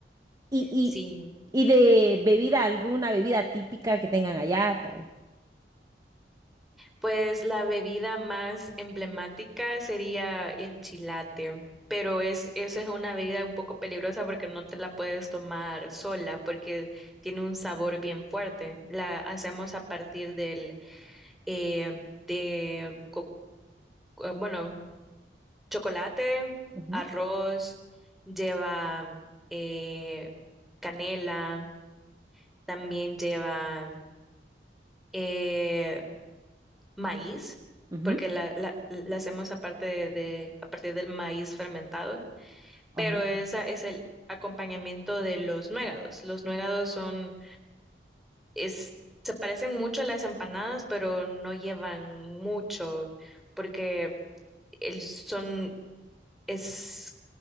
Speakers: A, on the right; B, in the centre.
A: Y, y,
B: Sí,
A: y de bebida, alguna bebida típica que tengan allá para.
B: pues la bebida más emblemática sería el chilate, pero es, eso es una bebida un poco peligrosa porque no te la puedes tomar sola porque tiene un sabor bien fuerte. La hacemos a partir del eh, de, co- eh, bueno, chocolate,
A: Ujú,
B: arroz, lleva eh, canela, también lleva eh, maíz,
A: ujú.
B: porque la, la- la hacemos aparte de, de- a partir del maíz fermentado, pero
A: Oh,
B: esa es el acompañamiento de los nuegados. Los nuegados son, es, se parecen mucho a las empanadas, pero no llevan mucho, porque el- son es,